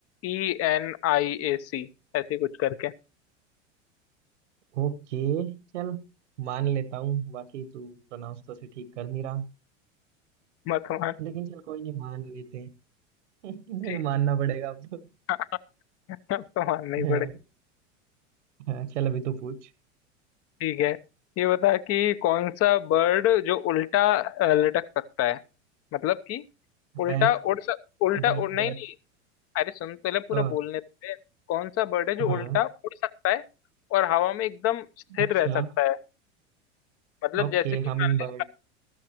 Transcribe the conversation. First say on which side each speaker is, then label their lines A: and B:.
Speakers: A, on the left; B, on the right.
A: E N I A C ऐसे कुछ करके
B: ओके चल मान लेता हूँ बाकी तू प्रोनाउंस तो से ठीक कर नहीं रहा
A: मत मान
B: लेकिन चल कोई नहीं मान लेते हैं <laughs> नहीं
A: ठीक
B: मानना पड़ेगा अब तो
A: <laughs> मत मान नहीं
B: <laughs> हाँ हाँ, चल अभी तू पूछ
A: ठीक है ये बता कि कौन सा बर्ड जो उल्टा अ, लटक सकता है मतलब कि उल्टा
B: बैट
A: उड़ सक उल्टा
B: बैट
A: उड़ नहीं
B: बैट
A: नहीं अरे सुन पहले पूरा
B: अ
A: बोलने दे कौन सा बर्ड है जो
B: हाँ
A: उल्टा उड़ सकता है और हवा में एकदम स्थिर
B: अच्छा
A: रह सकता है मतलब
B: Okay
A: जैसे कि
B: हमिंग
A: मान
B: बर्ड
A: ले